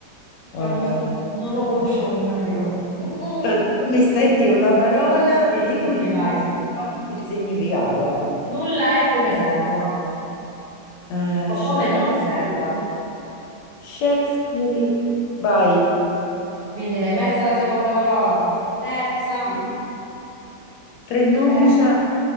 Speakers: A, on the right; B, on the left.
A: Cioè,
B: vabbè.
A: non so, non lo conoscevo nemmeno io. <laughs>
B: Cioè, tu mi stai di una parola
A: Sì,
B: di
A: sì,
B: cui
A: sì, vai.
B: non si sa il significato.
A: Nulla è come sembra, sappilo,
B: Eh,
A: o
B: Shakespeare.
A: come non sembra.
B: Shakespeare. Vai.
A: Quindi l'hai messa la seconda parola. Terza,
B: Sì. Tre nomi
A: ter-
B: c'ha.